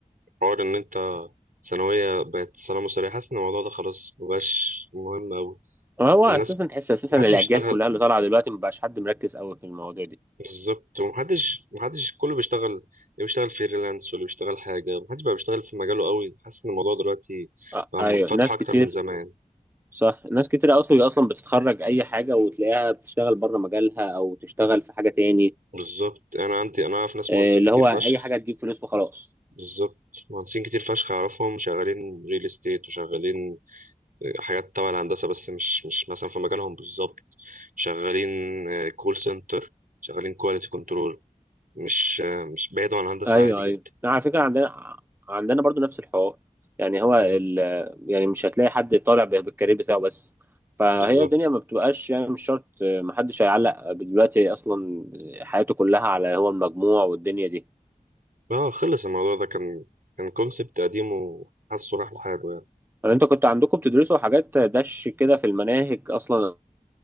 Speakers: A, on the right; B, on the right.
A: حوار ان انت ثانوية بقت سلام وسريع حاسس ان الموضوع ده خلاص مبقاش مهم أوي
B: هو
A: الناس
B: اساسا تحس اساسا
A: محدش
B: الاجيال
A: بيشتغل
B: كلها اللي طالعه دلوقتي مبقاش حد مركز قوي في المواضيع دي
A: بالظبط ومحدش محدش كله بيشتغل اللي بيشتغل فريلانس واللي بيشتغل حاجة محدش بقى بيشتغل في مجاله قوي حاسس ان الموضوع دلوقتي
B: آه
A: بقى
B: ايوه
A: منفتح
B: ناس
A: أكتر
B: كتير
A: من زمان
B: صح ناس كتير اصلا اصلا بتتخرج اي حاجه وتلاقيها بتشتغل بره مجالها او تشتغل في حاجه تاني
A: بالظبط انا عندي انا اعرف ناس
B: آه،
A: مهندسين
B: اللي
A: كتير
B: هو
A: فشخ
B: اي حاجه تجيب فلوس وخلاص
A: بالظبط مهندسين كتير فشخ اعرفهم شغالين ريل استيت وشغالين حاجات تبع الهندسه بس مش مش مثلا في مجالهم بالظبط شغالين كول سنتر شغالين كواليتي كنترول مش آه، مش بعيد عن الهندسه
B: ايوه
A: عادي جدا
B: ايوه على فكره عندنا عندنا برضو نفس الحوار يعني هو
A: مم،
B: ال... يعني مش هتلاقي حد طالع ب- بالكارير بتاعه بس فهي
A: بالظبط
B: الدنيا ما بتبقاش يعني مش شرط آه، محدش هيعلق دلوقتي اصلا حياته كلها على هو المجموع والدنيا دي
A: اه خلص الموضوع ده كان كان كونسبت قديم وحاسه راح لحاله يعني
B: طب انتوا كنتوا عندكم بتدرسوا حاجات دش كده في المناهج اصلا